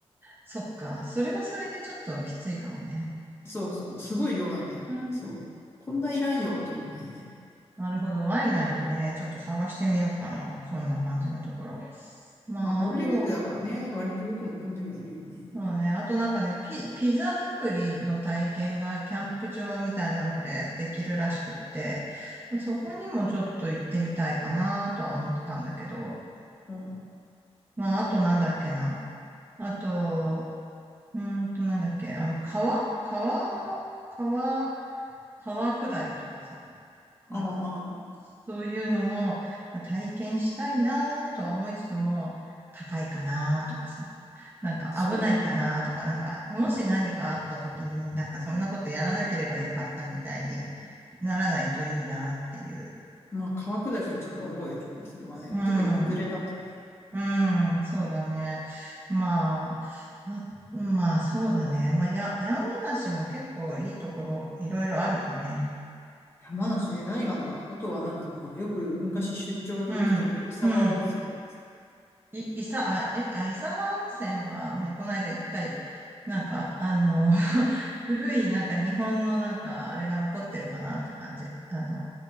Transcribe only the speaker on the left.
そうそう、すごい量なんだよ。
そう。こんないらんよって思うんだよね。
まあ、ゴールデンウィークだからね、
割とどこも混んではいるよね。
うん。あ
あ、
そうね。
まあ、川下りってちょっと思うよね。それはね。
特に子連れだとね。
山梨ね、何があるんだろう。あとは何だろうな。よく昔出張に行ってたけど、
伊沢温泉とかさ。